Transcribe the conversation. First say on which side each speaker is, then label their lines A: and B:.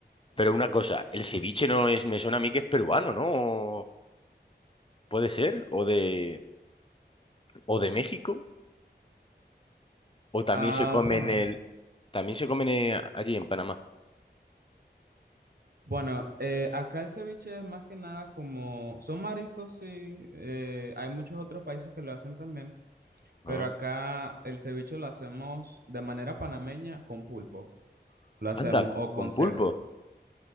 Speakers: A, on the left; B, on the right.
A: pero una cosa, el ceviche no es, me suena a mí que es peruano, ¿no? Puede ser, o de, o de México, o también
B: Ah,
A: se come
B: bueno,
A: en el, también se comen eh, allí en Panamá.
B: bueno, eh, acá el ceviche es más que nada como, son mariscos, sí, eh, hay muchos otros países que lo hacen también,
A: Ah,
B: Pero acá el ceviche lo hacemos de manera panameña con pulpo. Lo hacemos,
A: Anda,
B: o con
A: con
B: cerdo.
A: pulpo,